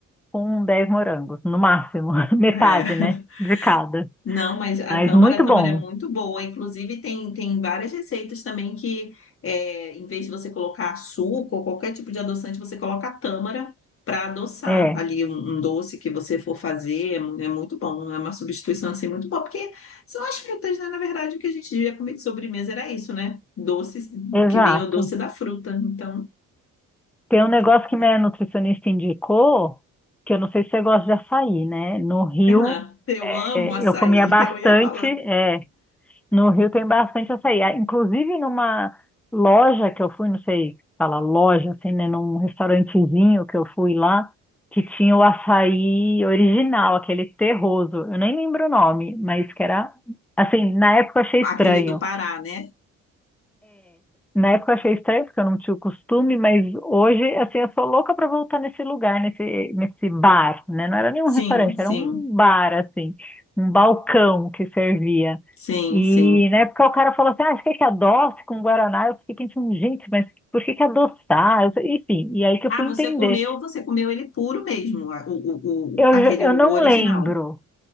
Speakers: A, in the centre; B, on the left.
A: com 10 morangos, no máximo, <laughs> metade,
B: é.
A: né, de cada.
B: Não, mas a
A: Mas
B: tâmara,
A: muito
B: a tâmara
A: bom.
B: é muito boa. Inclusive, tem, tem várias receitas também que, é, em vez de você colocar açúcar ou qualquer tipo de adoçante, você coloca a tâmara para adoçar
A: É,
B: ali um, um doce que você for fazer. É, mu- é muito bom, é uma substituição assim muito boa, porque são as frutas, né? Na verdade, o que a gente devia comer de sobremesa era isso, né? Doces,
A: exato.
B: que vinha o doce da fruta. Então,
A: Tem um negócio
B: que- <laughs>
A: que minha nutricionista indicou, que eu não sei se você gosta de açaí, né? No Rio,
B: Ah, eu amo
A: é,
B: açaí,
A: eu comia bastante,
B: eu ia falar.
A: é, No Rio tem bastante açaí. Ah, Inclusive, numa loja que eu fui, não sei se fala loja, assim, né? Num restaurantezinho que eu fui lá, que tinha o açaí original, aquele terroso. Eu nem lembro o nome, mas que era, assim, na época eu achei
B: Aquele
A: estranho.
B: do Pará, né?
A: Na época eu achei estranho, porque eu não tinha o costume, mas hoje, assim, eu sou louca para voltar nesse lugar, nesse, nesse bar, né? Não era nenhum
B: Sim,
A: restaurante,
B: sim,
A: era um bar, assim, um balcão que servia.
B: sim,
A: E
B: sim.
A: na época o cara falou assim, ah, você quer que adoce com Guaraná? Eu fiquei pensando, gente, mas por que que adoçar? Eu sei- enfim, e aí que eu
B: Ah,
A: fui
B: você
A: entender.
B: comeu, você comeu ele puro mesmo, a- o, o, o-
A: Eu,
B: aquele
A: já- eu
B: o
A: não
B: original.
A: lembro,